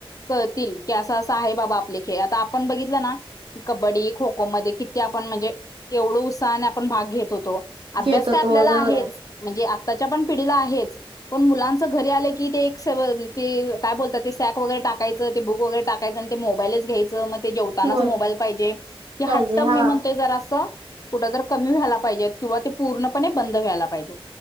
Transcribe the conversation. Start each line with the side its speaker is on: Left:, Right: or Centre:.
Left: कळतील की असं असं आहे बाबा आपले खेळ आता आपण बघितलं ना की कबड्डी खो खो मध्ये किती आपण म्हणजे एवढं उत्साहाने आपण भाग घेत होतो अभ्यास
Right: घेत
Left: काय
Right: होतो
Left: आपल्याला
Right: होय
Left: आहेच
Right: बरोबर आहे
Left: म्हणजे आप. पण पिढीला आहेच, पण मुलांच घरी आलं की ते एक काय बोलतात सॅक वैगेरे टाकायच, ते बुक वैगेरे टाकायचं आणि मोबाईलच घ्यायचं. ते जेवतानाच
Right: होय
Left: मोबाईल पाहिजे, ते
Right: पाहिजे
Left: हट्ट मी
Right: हा
Left: म्हणतोय जरा अस. कुठ तर कमी व्हायला पाहिजेत, किंवा ते पूर्णपणे बंद. व्हायला पाहिजे.